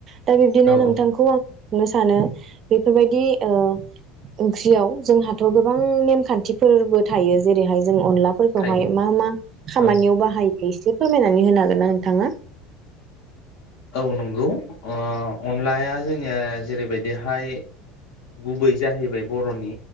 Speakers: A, on the right; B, on the left.
A: दा बिबदिनो
B: औ
A: नों
B: औ
A: <unintelligible> मा सानो बेफोरबायदि ओ ओंख्रियाव जोंहाथ गोबां नेमखान्थिफोरबो थायो जेरैहाय जों अनला फोरखौहाय
B: थायो
A: मा मा खामानियाव
B: औ
A: बाहायो इसे फोरमायनानै होनो हागोन ना नोंथाङा?
B: औ नंगौ अ। अनलाया जोङो जेरै बायदिहाय गुबै जाहैबाय बर'नि